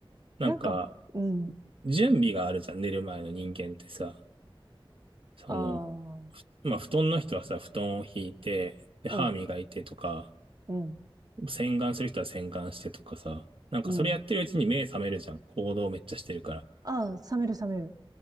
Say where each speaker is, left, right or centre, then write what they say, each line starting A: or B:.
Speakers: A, on the right (about 70°); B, on the right (about 40°).
A: なんか、
B: なんか、うん。
A: 準備があるじゃん、寝る前の人間ってさ。その、
B: ああ、
A: まあ、布団の人はさ、布団を敷いて、で、歯磨いてとか、
B: うん、うん、
A: 洗顔する人は洗顔してとかさ。なんかそれやってるうちに目覚めるじゃん。
B: うん。
A: 行動めっちゃしてるから。
B: ああ、冷める冷める。